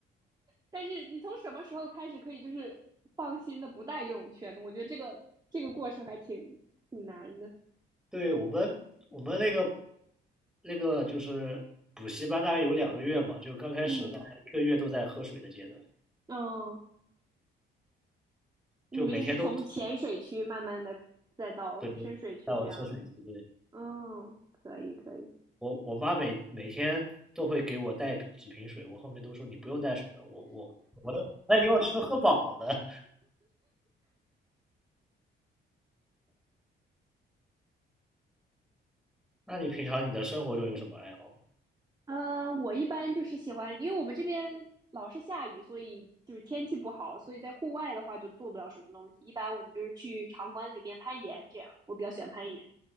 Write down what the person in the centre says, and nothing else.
对，我们我们那个那个就是补习班，大概有两个月嘛，就刚开始大概一个月都在喝水的阶段，
就每天都对带我喝水对，
我我妈每每天都会给我带几瓶水，我后面都说你不用带水了，我我我都那以我吃都喝饱了。<laughs> 那你平常你的生活中有什么爱好吗？